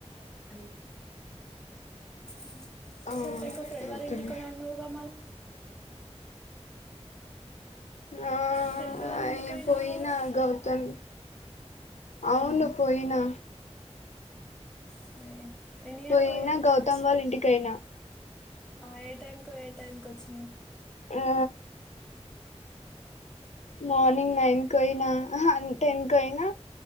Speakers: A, in the centre; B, on the left.
A: రి ఉం
B: ఆ
A: చెప్ ఎవరికో ఫ్రెండ్
B: పోతున్నా
A: వాళ్ళ ఇంటికి పోయినవ్ అన్నావుగా మరి
B: ఆ
A: ఫ్రెండ్ వాళ్ళ
B: అ
A: ఇంటికి
B: పోయినా
A: ఉన్నావుగా
B: గౌతమ్ అవును
A: ఉహు.
B: పోయినా
A: సరే ఎన్ని గంట్లక్వొయి
B: పోయినా
A: ఎన్నిగంట్లకొచ్చవ్?
B: గౌతమ్ వాళ్ళ ఇంటికయినా
A: ఆ ఏ టైంకు వోయి ఏ టైంకొచ్చినవ్?
B: ఆ మార్నింగ్ నైన్ క్వొనా అహ టెన్ క్వొనా